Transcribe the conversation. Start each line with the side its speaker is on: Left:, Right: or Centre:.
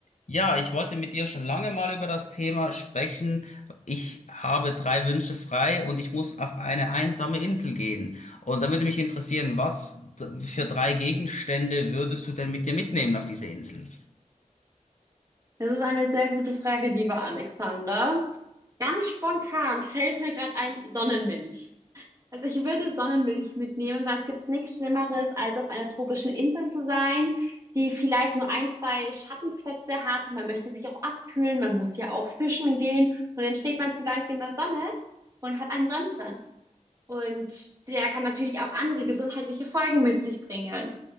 Left: Ja, ich wollte mit dir schon lange mal über das Thema sprechen. Ich habe drei Wünsche frei und ich muss auf eine einsame Insel gehen. Und da würde mich interessieren, was d- für drei Gegenstände würdest du denn mit dir mitnehmen auf diese Insel?
Right: Das ist eine sehr gute Frage, lieber Alexander. Ganz spontan fällt mir gerade ein Sonnenmilch. Also ich würde Sonnenmilch mitnehmen, weil es gibt nichts Schlimmeres, als auf einer tropischen Insel zu sein, die vielleicht nur ein, zwei Schattenplätze hat. Man möchte sich auch abkühlen, man muss ja auch fischen gehen und dann steht man zu lange in der Sonne und hat einen Sonnenbrand. Und der kann natürlich auch andere gesundheitliche Folgen mit sich bringen.